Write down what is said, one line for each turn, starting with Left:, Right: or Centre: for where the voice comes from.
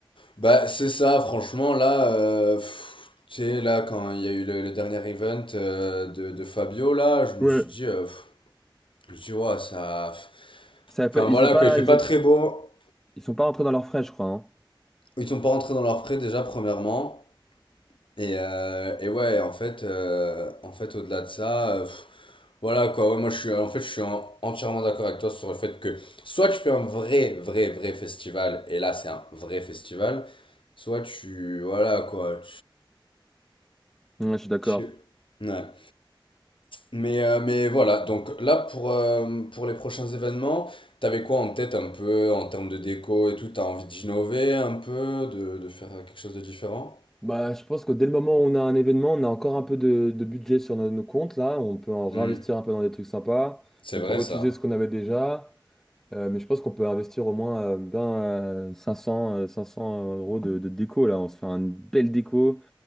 Left: Bah, c'est ça, franchement, là, euh, pff, tu sais, là, quand il y a eu le, le dernier event euh, de, de Fabio, là, je me
Centre: Ouais.
Left: suis dit, euh, pff, Tu vois, ça.
Centre: Ça va pas-
Left: Enfin
Centre: ils
Left: voilà,
Centre: ont pas,
Left: quoi, il fait
Centre: ils
Left: pas
Centre: ont,
Left: très beau.
Centre: ils sont pas rentrés dans leurs frais, je crois. hein.
Left: Ils sont pas rentrés dans leurs frais déjà, premièrement. Et, euh, et ouais, en fait, euh, en fait au-delà de ça, euh, pff, voilà quoi. Ouais, moi, je suis, en fait, je suis en- entièrement d'accord avec toi sur le fait que soit tu fais un vrai, vrai, vrai festival, et là, c'est un vrai festival, soit tu. Voilà quoi.
Centre: Ouais, je suis d'accord.
Left: Tu... tu- Ouais. Mais, euh, mais voilà, donc là pour, euh, pour les prochains événements, t'avais quoi en tête un peu en termes de déco et tout? T'as envie d'innover un peu, de, de faire quelque chose de différent?
Centre: Bah, je pense que dès le moment où on a un événement, on a encore un peu de, de budget sur nos, nos comptes là. On peut en réinvestir
Left: Hmm,
Centre: un peu dans des trucs sympas.
Left: c'est
Centre: On
Left: vrai
Centre: peut réutiliser
Left: ça.
Centre: ce qu'on avait déjà. Euh, mais je pense qu'on peut investir au moins euh, ben, euh, cinq cents euh, 500 euros de, de déco là. On se fait une belle déco.